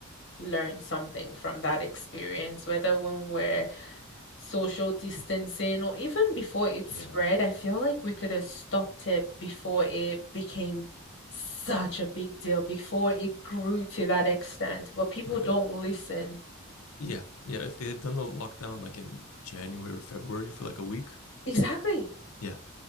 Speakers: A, on the left (about 55°); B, on the left (about 75°).
A: learned something from that experience, whether when we're social distancing or even before it spread,
B: Yeah,
A: I feel like we could have stopped it before it became such a big deal, before it grew to that extent. But people
B: right.
A: don't listen.
B: Yeah, yeah. If they had done the lockdown like in January or February for like a week,
A: Exactly.
B: yeah.